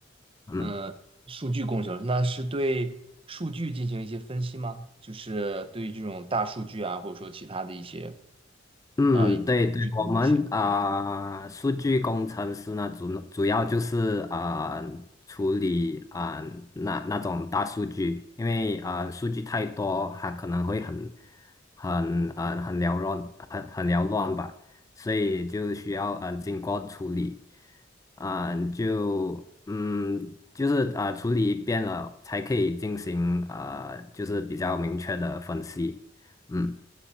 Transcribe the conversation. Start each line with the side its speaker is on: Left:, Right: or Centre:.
Left: 嗯。
Right: 嗯，数据工程，那是对数据进行一些分析吗？就是对于这种大数据啊，或者说其他的一些
Left: 嗯，
Right: 呃数据的模型。
Left: 对对，我们啊、呃数据工程师呢，主主要就是啊、呃处理啊、呃那那种大数据，因为啊、呃数据太多，它可能会很很呃很缭乱，很很缭乱吧，所以就需要嗯、呃经过处理，啊、就嗯就是啊、呃处理一遍了，才可以进行啊、呃就是比较明确的分析。嗯。